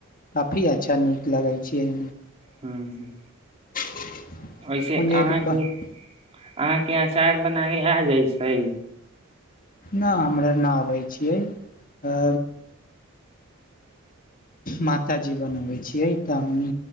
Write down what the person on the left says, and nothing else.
काफी अच्छा नीक लगे छै
<inaudible>
ओन्ने नहि
ना हमरा ना अबै छै आ माता जी बनबै छियै तऽ हमनी